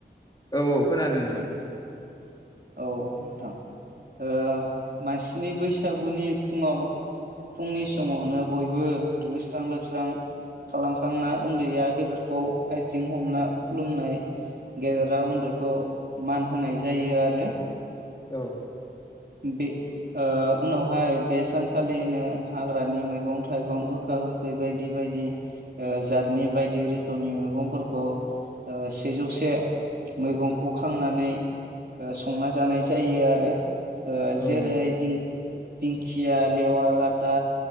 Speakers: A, on the left; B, on the right.
A: औ औ खोनादों नोंथां
B: औ नोंथां ओ मानसिनि बैसागुनि फुङाव फुंनि समावनो बयबो दुगैस्रां लोबस्रां खालामखांना उन्दैया गेदेरखौ आइथिं हमना खुलुमनाय गेदेरा उन्दैखौ मान होनाय जायो आरो
A: औ
B: बे ओ उनावहाय बे सानखालिनो हाग्रानि मैगं थाइगं गोखा गोखै बायदि बायदि ओ जातनि बायदि रोखोमनि मैगंफोरखौ ओ सेजौ से मैगंखौ खांनानै संना जानाय जायो आरो
A: औ
B: जेरै
A: नंगौ
B: दिं दिंखिया लेवा लाथा